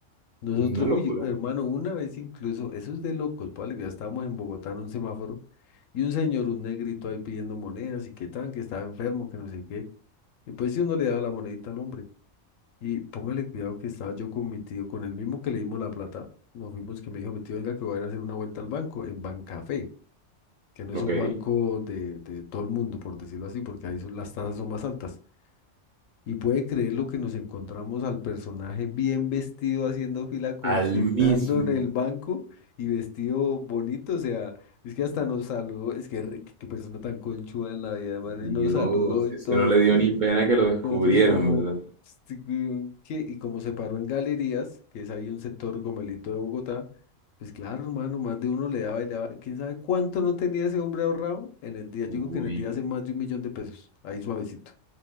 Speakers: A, on the left (about 90°); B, on the right (about 65°).
A: Nosotros,
B: Una locura.
A: uy, hermano, una vez incluso, eso es de locos, pues ya estábamos en Bogotá en un semáforo y un señor, un negrito ahí pidiendo monedas y qué tan, que estaba enfermo, que no sé qué. Y pues si uno le daba la monedita al hombre. Y póngale cuidado que estaba yo con mi tío, con el mismo que le dimos la plata, nos fuimos que me dijo, mi tío, venga que voy a ir a hacer una vuelta al banco, en Bancafé, que no
B: Ok.
A: es un banco de, de todo el mundo, por decirlo así, porque ahí son, las tasas son más altas. Y puede creer lo que nos encontramos al personaje bien vestido haciendo fila, consignando
B: Al mismo.
A: en el banco y vestido bonito. O sea, es que hasta nos saludó. Es que re- qué persona tan conchuda en la vida, man.
B: Dios,
A: Y nos saludó y
B: ese
A: todo.
B: no le dio ni pena que lo descubrieran,
A: Y nosotros como...
B: ¿verdad?
A: este, weón, ¿Qué? Y como se paró en galerías, que es ahí un sector gomelito de Bogotá, pues claro, hermano, más de uno le daba y le daba. ¿Quién sabe cuánto no tenía ese hombre ahorrado? En el día, yo
B: Uy,
A: digo que en el día hace más de un millón de pesos. Ahí suavecito.